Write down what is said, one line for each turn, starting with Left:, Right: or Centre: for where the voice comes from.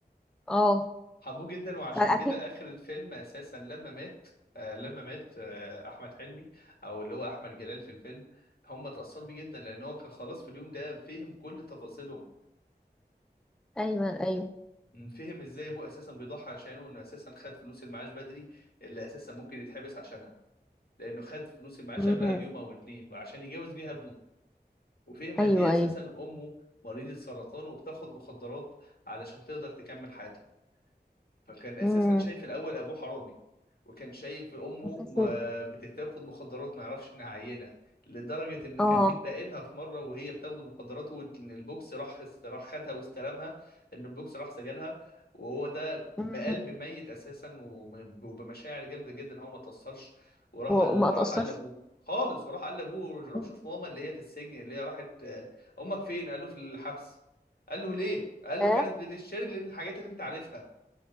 Centre: اه
Left: حبوه جدا وعشان
Centre: فاكيد
Left: كده اخر الفيلم اساسا لما مات آه لما مات آه احمد حلمي او اللي هو احمد جلال في الفيلم هم اتأثروا بيه جدا لان هو كان خلاص في اليوم ده فهم كل تفاصيلهم
Centre: ايوه ايوه
Left: مم. فهم ازاي ابوه اساسا بيضحي عشانه انه اساسا خد فلوس المعاش بدري اللي اساسا ممكن يتحبس عشانها لانه خد فلوس المعاش
Centre: مم.
Left: قبلها بيوم او اتنين وعشان يجوز بيها ابنه وفهم
Centre: ايوه
Left: قد ايه اساسا
Centre: ايوه
Left: امه مريضة سرطان وبتاخد مخدرات علشان تقدر تكمل حياتها فكان اساسا
Centre: مم.
Left: شايف الاول ابوه حرامي وكان شايف امه
Centre: بس-
Left: م- بتاخد مخدرات ما يعرفش انها عينه لدرجه ان
Centre: اه
Left: كان بيراقبها في مره وهي بتاخد المخدرات وان البوكس راح راح خدها واستلمها ان البوكس راح سجنها وهو ده
Centre: مم.
Left: بقلب ميت اساسا وم- وبمشاعر جامده جدا هو ما توصلش وراح
Centre: وما
Left: قال
Centre: اتاثرش
Left: راح قال لابوه خالص وراح قال لابوه روح
Centre: مم.
Left: شوف ماما اللي هي في السجن اللي هي راحت آه، امك فين قال له في الحبس قال له ليه قال له
Centre: ياه
Left: كانت بتشتري الحاجات اللي انت عارفها